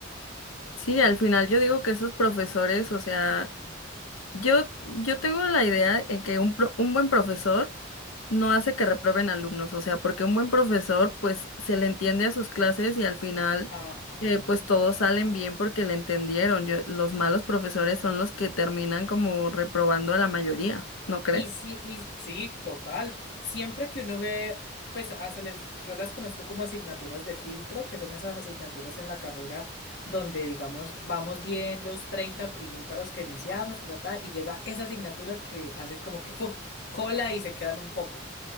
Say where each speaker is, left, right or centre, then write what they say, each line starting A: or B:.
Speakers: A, on the left; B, on the left.
A: Sí, al final yo digo que esos profesores, o sea... Yo, yo tengo la idea de que un, pro- un buen profesor no hace que reprueben alumnos, o sea, porque un buen profesor pues se le entiende a sus clases y al final
B: Ajá.
A: eh, pues todos salen bien porque le entendieron. Yo- los malos profesores son los que terminan como reprobando a la mayoría, ¿no crees?
B: Y sí, y sí, total. Siempre que uno ve, pues a- se les- yo las conozco como asignaturas de filtro, que son esas asignaturas en la carrera donde, digamos, vamos bien los 30 primíparos que iniciamos, trata, y llega esa asignatura que hace como que fu, cola y se quedan un poco.